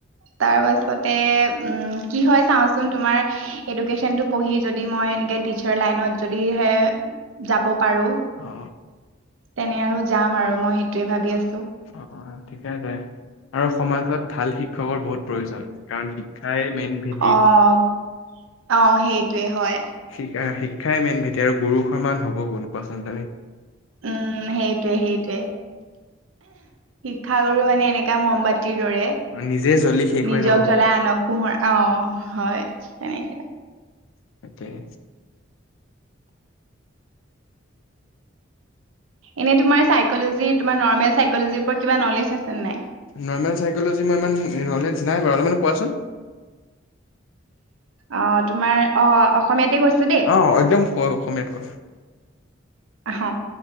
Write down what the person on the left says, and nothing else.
অ।
অ', ঠিকে দে আছে আৰু সমাজত ভাল শিক্ষকৰ বহুত প্ৰয়োজন কাৰণ এই মেইন ভেটি।
শিকা শিক্ষাই মেইন ভেটি আৰু গুৰুৰ সমান হ'ব কোন কোৱাচোন তুমি
নিজে জ্বলি শেষ হৈ
যাব
ইয়াতে আছে।
নৰ্মেল চাইক'ল'জি মই ইমান নলেজ নাই বাৰু কোৱাচোন।
অ', একদম কোৱা অসমীয়াত কোৱা